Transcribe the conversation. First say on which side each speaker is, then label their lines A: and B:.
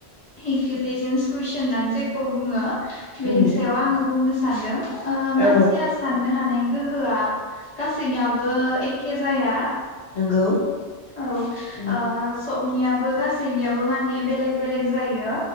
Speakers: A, on the left; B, on the left.
A: इन्टेलिजेन्स कुइसन जेखौ बुङो बेनि
B: उम
A: सायाव आङो बुंनोसै सान्दों ओ मानसिया
B: औ
A: साननो हानाय गोहोआ गासैनियाबो एखे जाया।
B: नंगौ
A: औ
B: औ
A: ओ सबनियाबो गासैनियाबो माने बेलेक बेलेग जायो।